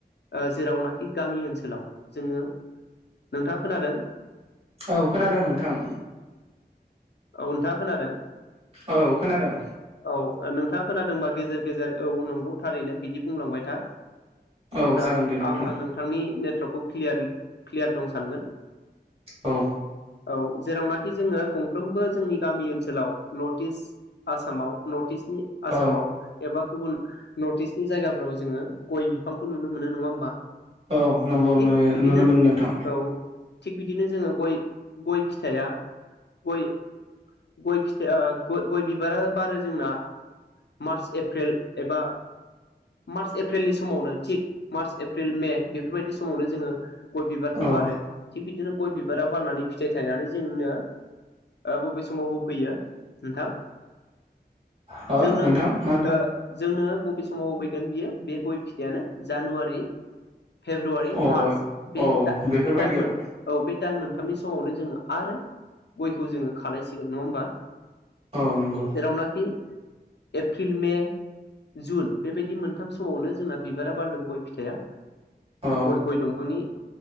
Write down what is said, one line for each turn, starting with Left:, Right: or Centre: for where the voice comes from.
Left: ओ जेरावनाखि गामि ओनसोलाव जोङो नोंथाङा खोनादों?
Right: औ खोनादों नोंथां।
Left: औ नोंथाङा खोनादों?
Right: औ खोनादों
Left: औ नोंथाङा खोनादोंबा गेजेर गेजेर औ नंगौ थारैनो बिदि बुंलांबाय था।
Right: औ
Left: अब्ला
Right: जागोन दे नोंथां
Left: आं आं नोंथांनि नेटवर्कखौ क्लियार क्लियार दं सानगोन।
Right: औ
Left: औ जेरावनाखि जोङो गं फ्रोमबो जोंनि गामि ओनसोलाव नर्थ इस्ट आसामाव नर्थ टिशनि आसामाव
Right: औ
Left: एबा गुबुन नर्थ इस्टनि जायगाफोराव जोङो गय बिफांखौ नुनो मोनो नङा होमबा।
Right: औ नंगौ
Left: थिग
Right: नुयो
Left: बिदिनो
Right: नुनो मोनदों थं
Left: औ थिग बिदिनो जोङो गय गय फिथाया गय गय फिथाया गय-गय बिबारा बारो जोंना मार्च एप्रिल एबा मार्च एप्रिलनि समावनो थिग मार्च एप्रिल मे बेफोरबायदि समावनो जोङो गय बिबारखौ
Right: औ
Left: बारो थिग बिदिनो गय बिबारा बारनानै फिथाइ थायनानै जोंनो ओ बबे समाव होफैयो नोंथां
Right: हो
Left: जोंनो
Right: नोंथां मा होनदों
Left: ओ जोंनो बबे समाव होफैगोन बियो बे गय फिथायानो जानुवारि फेब्रुवारि
Right: अ
Left: मार्च बे
Right: अ
Left: दा
Right: बेफोरबायदियाव
Left: बे दान मोन औ बे दान मोन थामनि समावनो जोङो आरो गयखौ जोङो खालायसिगोन नङा होमबा
Right: औ नंगौ
Left: जेरावनाखि एफ्रिल मे जुन बेबायदि मोनथाम समावनो जोंना बिबारा बारगोन गय फिथाया।
Right: औ
Left: गय-गय दंफांनि